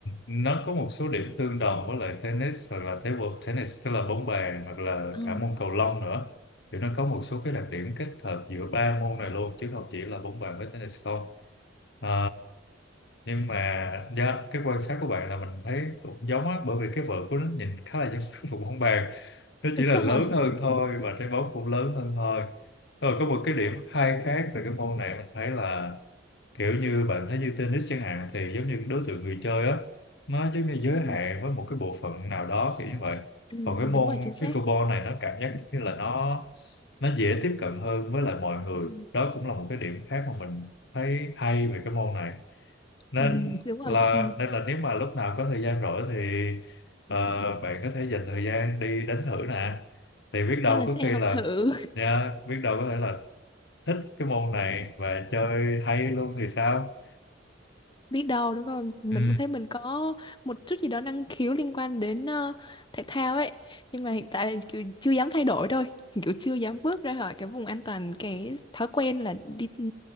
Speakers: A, on the left; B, on the left.
A: nó có một số điểm tương đồng với lại tennis hoặc là table tennis tức là bóng bàn hoặc là
B: Ừ.
A: cả môn cầu lông nữa thì nó có một số cái đặc điểm kết hợp giữa ba môn này luôn chứ không chỉ là bóng bàn với tennis không à, nhưng mà dạ, cái quan sát của bạn là mình thấy cũng giống á bởi vì cái vợt của nó nhìn khá là giống <laughs> cái vụ bóng bàn nó
B: đúng
A: chỉ là lớn
B: rồi
A: hơn thôi và trái bóng cũng lớn hơn thôi rồi có một cái điểm hay khác về cái môn này mình thấy là kiểu như bạn thấy như tennis chẳng hạn thì giống như đối tượng người chơi á nó giống như giới
B: Ừ.
A: hạn với một cái bộ phận nào đó kiểu như vậy
B: ừ,
A: còn cái môn
B: đúng rồi chính xác
A: pickleball này nó cảm giác như là nó nó dễ tiếp cận hơn với lại mọi người
B: Ừ.
A: đó cũng là một cái điểm khác mà mình thấy hay về cái môn này nên
B: ừ, đúng rồi
A: là
B: Ừ,
A: nên là nếu mà lúc nào có thời gian rỗi thì ờ, bạn có thể dành thời gian đi đánh thử nè thì biết đâu
B: chắc là
A: có
B: sẽ
A: khi
B: học
A: là
B: thử
A: nha biết đâu có thể là thích cái môn này và chơi hay luôn thì sao
B: biết đâu đúng không mình
A: Ừ,
B: cũng thấy mình có một chút gì đó năng khiếu liên quan đến ờ, thể thao ấy nhưng mà hiện tại là kiểu chưa dám thay đổi thôi <laughs> kiểu chưa dám bước ra khỏi cái vùng an toàn cái thói quen là đi ừ,